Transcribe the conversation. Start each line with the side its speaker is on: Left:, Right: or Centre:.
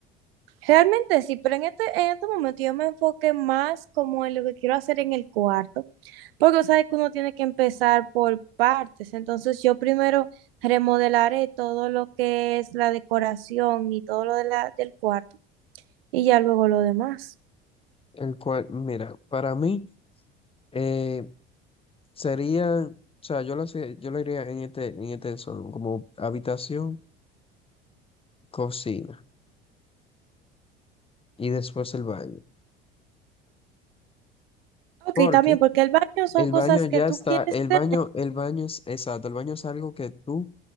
Right: realmente sí, pero en este, en este momento yo me enfoqué más como en lo que quiero hacer en el cuarto. Porque sabes que uno tiene que empezar por partes. Entonces yo primero remodelaré todo lo que es la decoración y todo lo de la, del cuarto y ya luego lo demás.
Left: El cual, mira, para mí... eh, Sería, o sea, yo lo, sé- yo lo iría en este, en este desorden, como habitación, cocina y después el baño.
Right: Ok,
Left: Porque
Right: también porque el baño son
Left: El
Right: cosas
Left: baño ya
Right: que tú
Left: está,
Right: quieres
Left: el
Right: tener,
Left: baño, el baño es, exacto, el baño es algo que tú,